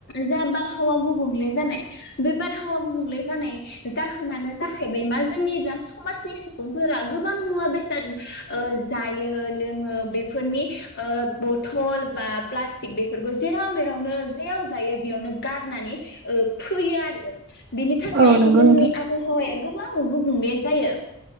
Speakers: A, on the left; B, on the right.
A: जा बार हावा गुबुंंले जानाय। बे बारहावा गुबुंले जानाय जाहोनानो जाहैबाय मा जोंनि दा समाजनि सुबुंफोरा गोबां मुवा बेसाद ओ जायो लोङो बेफोरनि ओ बथल बा प्लास्टिक बेफोरखौ जेराव मेरावनो जेयाव जायो बेयावनो गारनानै ओ फोयो आर <unintelligible> बिनि थाखाय
B: औ नंगौ
A: जोंनि
B: नोंथां
A: आबहावाया गो बां गुबुंले जायो।